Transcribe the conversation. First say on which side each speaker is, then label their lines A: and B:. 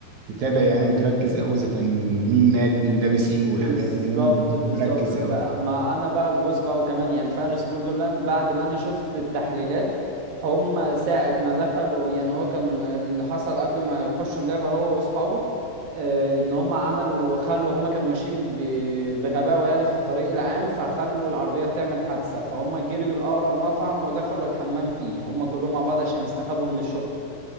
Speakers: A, on the right; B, on the right.
A: تتابع يعني وتركز قوي اذا كان مين مات مين لابس ايه والحاجات
B: بالظبط
A: دي اللي هم
B: بالظبط
A: مركز
B: بقى-
A: قوي
B: ما انا بقى بص بقى وكمان يعني فارس بوردرلاند بعد ما انا شفت التحليلات هم ساعة ما دخلوا يعني هو كان اللي حصل قبل ما يخشوا اللعبة هو واصحابه آه، ان هم عملوا خلوا هم كانوا ماشيين ب- بغباوة يعني في الطريق العام فخلوا العربيات تعمل حادثة فهم جريوا لأقرب مطعم ودخلوا الحمام فيه هم كلهم مع بعض عشان يستخبوا من الشرطة